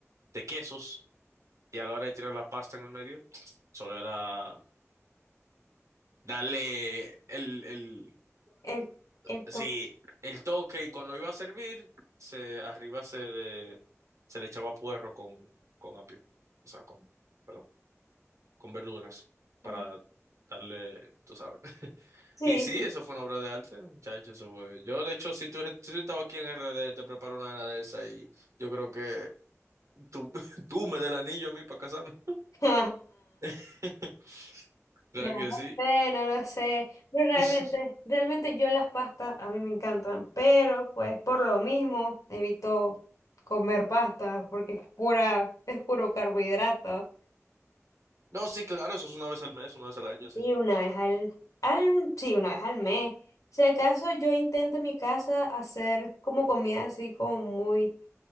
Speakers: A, on the right; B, on the left.
A: de quesos. Y a la hora de tirar la pasta en el medio, solo era. darle el, el,
B: El, el
A: sí,
B: top.
A: el toque y cuando iba a servir, se, arriba se le, se le echaba puerro con, con apio, o sea, con, perdón, con verduras para
B: ah,
A: darle, tú sabes. <laughs>
B: Sí.
A: Y sí, eso fue una obra de arte, muchachos, eso fue. Yo, de hecho, si tú, si tú estabas aquí en RD, te preparo una vaina de esa y yo creo que tú, <laughs> tú me des el anillo a mí para casarnos.
B: <laughs> sí.
A: <laughs> Real
B: No lo
A: que sí.
B: sé, no lo sé. Pero realmente,
A: <laughs>
B: realmente yo las pastas a mí me encantan, pero pues por lo mismo evito comer pastas porque es pura, es puro carbohidrato.
A: No, sí, claro, eso es una vez al mes, una vez al año, sí.
B: Y una vez al, al, sí, una vez al mes. Si acaso yo intento en mi casa hacer como comida así como muy